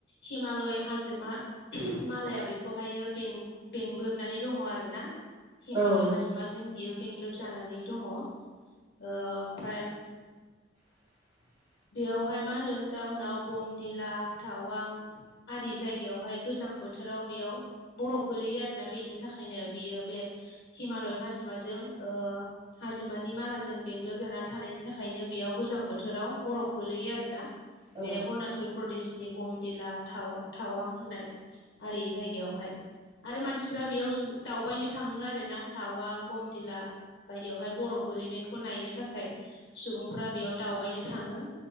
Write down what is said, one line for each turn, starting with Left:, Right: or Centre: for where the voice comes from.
Left: हिमालय हाजोमा मालाय बेखौहायो बेंग्लोबनानै दङ आरोना हिमालय
Right: औ
Left: हाजोमााजों बियो बेंग्लोब जानानै दङ ओमफ्राय
Right: <inaudible>
Left: बेयावहाय मा होनदों जाहनाव बमदिला टावां आरि जायगायावहाय गोजां बोथोराव बेयाव बरफ गोलैयो आरोना बेनि नि थाखायनो बियो बे हिमालय हाजोमाजों हाजोमानि मालाजों बेंग्लोब जाना थानायनि थाखायनो बेयाव गोजां बोथोराव बरफ गोलैयो आरोना
Right: औ
Left: बे अरुणाचल प्रदेश नि बमदिलााव थावां होननाय। आरि जायगायावहाय आरो मानसिफ्रा बेयाव दावबायनो थाङो आरोना दावां बमदिला बायदियावहाय बरफ गोलैनायखौ नायनो थाखाय सुबुंफ्रा बेयाव दावबायनो थाङो।